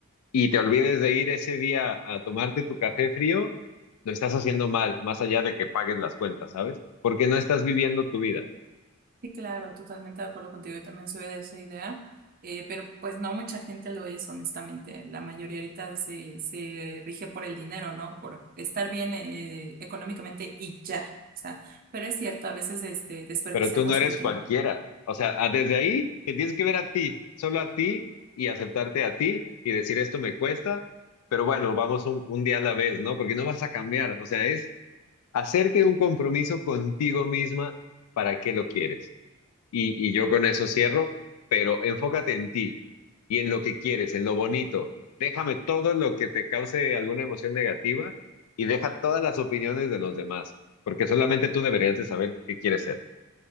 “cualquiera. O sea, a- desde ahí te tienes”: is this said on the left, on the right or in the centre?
Left